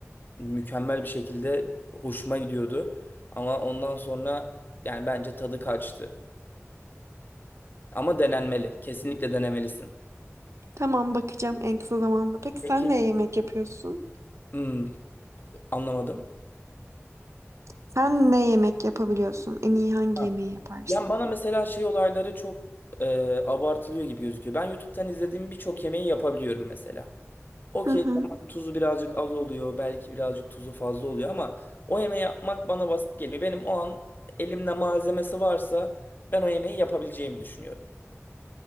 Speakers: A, on the left (about 40°); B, on the right (about 75°).
A: mükemmel bir şekilde hoşuma gidiyordu. Ama ondan sonra yani bence tadı kaçtı. Ama denenmeli. Kesinlikle denemelisin.
B: Tamam bakacağım en kısa zamanda. Peki
A: Peki
B: sen ne yemek yapıyorsun?
A: Hmm, anlamadım.
B: Sen ne yemek yapabiliyorsun? En iyi hangi
A: ha,
B: yemeği yaparsın?
A: Yani bana mesela şey olayları çok e, abartılıyor gibi gözüküyor. Ben YouTube'dan izlediğim birçok yemeği yapabiliyorum mesela. Okey
B: Hı hı.
A: tamam tuzu birazcık az oluyor. Belki birazcık tuzu fazla oluyor ama o yemeği yapmak bana basit geliyor. Benim o an elimde malzemesi varsa ben o yemeği yapabileceğimi düşünüyorum.